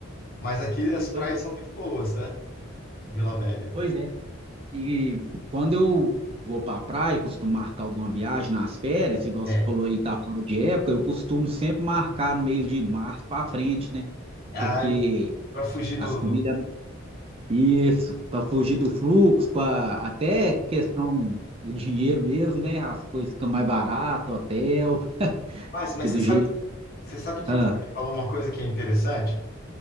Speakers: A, on the left (about 50°); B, on the right (about 30°).
A: Mas aqui as praias
B: Pois é.
A: são muito boas, tá? Vila Velha.
B: Pois é. E quando eu vou para a praia, costumo marcar alguma viagem nas férias, igual
A: É.
B: você falou aí, tá fora de época, eu costumo sempre marcar no mês de março para frente, né?
A: Ah,
B: Porque
A: para fugir
B: as
A: do,
B: comidas,
A: do...
B: isso, para fugir do fluxo, para até questão do dinheiro mesmo, né? As coisas ficam mais barato, hotel,
A: Mas, mas
B: que
A: você
B: do
A: sabe,
B: jeito que.
A: você sabe que
B: Ah,
A: você falou uma coisa que é interessante?